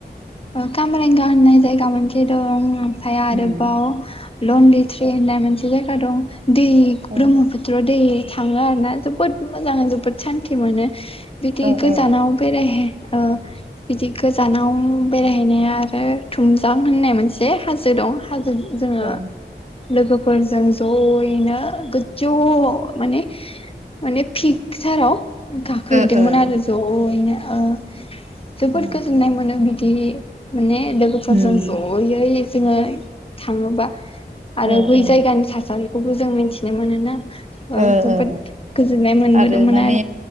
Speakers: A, on the left; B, on the right.
A: ओ कामरेंगा होननाय जायगा मोनसे दं ओ फ्राय आरोबाव
B: उम
A: लन लिट्रि होननाय मोनसे जायगा दं। दै
B: ओ
A: ब्रह्मपुत्र दै थाङो आरोना जोबोद मोजां, जोबोद सान्ति मोनो। बेदि
B: ओ
A: गो
B: ओ
A: जानाव बेरायहै ओ बिदि गोजानाव बेरायहैनाया आरो थुमजां होननाय मोनसे हा जो दं। हाजो जोङो
B: ओ
A: लोगोफोरजों जयैनो गोजौआव माने माने फिकचाराव गाखोहैदोंमोन
B: ओ ओ
A: आरो। अ' इनो। जोबोद
B: ओ
A: गोजोननाय मोनो बि माने। लोगोफोरजों
B: उम
A: जयै जोङो थाङोबा आरो
B: ओ
A: बै
B: ओ
A: जायगानि थासारि खौबो जों मिथिनो मोनोना।
B: ओ-
A: जोबोद
B: ओ
A: गोजोननाय मोनबोदोंमोन
B: आरो माने